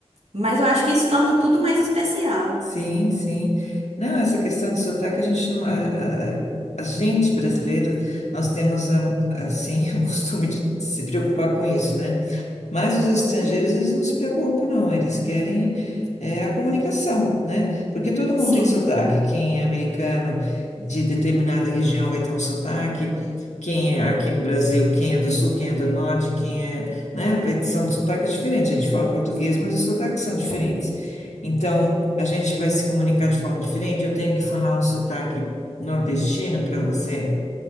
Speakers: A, on the right (about 70°); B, on the left (about 80°).
A: mas eu acho que isso torna tudo mais especial.
B: Sim, sim. Não, essa questão do sotaque, a gente não... A, a, a a gente brasileiro, nós temos, a- assim, <laughs> o costume de se preocupar com isso, né? Mas
A: Uhum,
B: os estrangeiros, eles não se preocupam, não. Eles querem é, a comunicação, né? Porque todo mundo
A: sim.
B: tem sotaque. Quem é americano de determinada região vai ter um sotaque. Quem é aqui no Brasil, quem é do sul, quem é do norte, quem é, né? Vai, são sotaques diferentes. A gente fala português, mas os sotaques são diferentes. Então, a gente vai se comunicar de forma diferente. Eu tenho que falar um sotaque nordestino para você